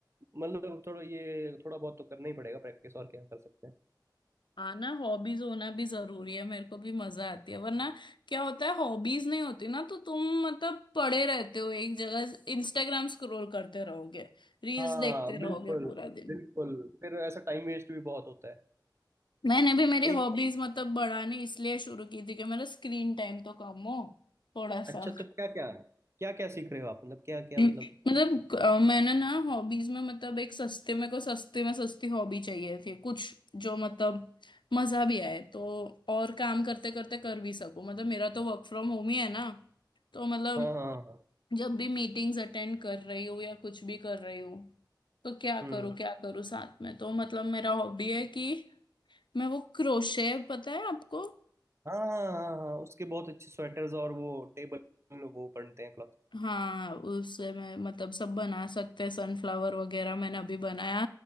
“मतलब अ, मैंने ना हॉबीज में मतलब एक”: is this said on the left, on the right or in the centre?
Left